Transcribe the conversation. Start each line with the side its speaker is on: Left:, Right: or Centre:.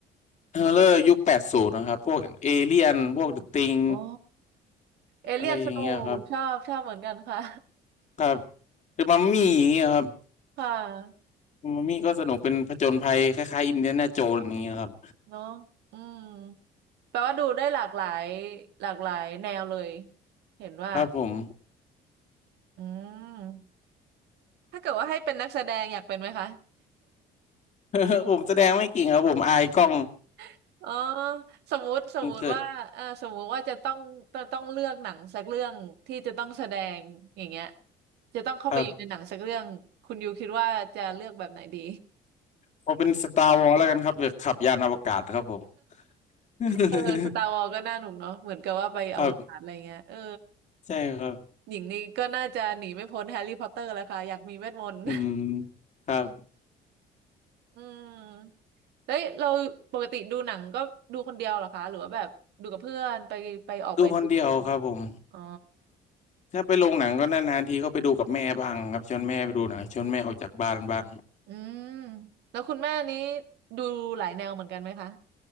Left: เฮอร์เรอร์ยุคแปดศูนย์นะครับพวกเอเลี่ยนพวกเดอะติง
Right: อ๋อเอเลี่ยนสนุกชอบชอบเหมือนกันค่ะ
Left: อะไรอย่างเงี้ยครับครับหรือมัมมี่อย่างเงี้ยครับ
Right: <laughs> ค่ะ
Left: มัมมี่ก็สนุกเป็นผจญภัยคล้ายๆอินเดียนาโจนส์อย่างเงี้ยครับ
Right: เนาะอืมแปลว่าดูได้หลากหลายหลากหลายแนวเลยเห็นว่า
Left: ครับผม
Right: อืมถ้าเกิดว่าให้เป็นนักแสดงอยากเป็นไหมคะ
Left: <laughs> ผมแสดงไม่เก่งครับผมอายกล้อง
Right: <laughs> อ๋อสมมุติสมมุติว่าเออสมมุติว่าจะต้องต้องต้องเลือกหนังสักเรื่องที่จะต้องแสดงอย่างเงี้ย
Left: ผมเกิด
Right: จะต้องเข้าไปอยู่ในหนังสักเรื่องคุณยูคิดว่าจะเลือกแบบไหนดี
Left: ครับพอเป็นสตาร์วอลแล้วกันครับเดี๋ยวขับยานอวกาศครับผม <laughs>
Right: เออสตาร์วอลก็น่าหนุกเนาะเหมือนกับว่าไปอวกาศอะไรเงี้ยเออ
Left: ครับใช่ครับ
Right: หญิงนี่ก็น่าจะหนีไม่พ้นแฮร์รี่พอตเตอร์แล้วค่ะอยากมีเวทมนต์
Left: อืมครับ
Right: <laughs> อืมแล้วเราปกติดูหนังก็ดูคนเดียวเหรอคะหรือว่าแบบดูกับเพื่อนไปไปออกไปดูกับเพื่อน
Left: ดูคนเดียวครับผม
Right: อ๋อ
Left: ถ้าไปโรงหนังก็นานๆทีก็ไปดูกับแม่บ้างครับชวนแม่ไปดูหนังชวนแม่ออกจากบ้านบ้าง
Right: อืมแล้วคุณแม่นี้ดูหลายแนวเหมือนกันไหมคะ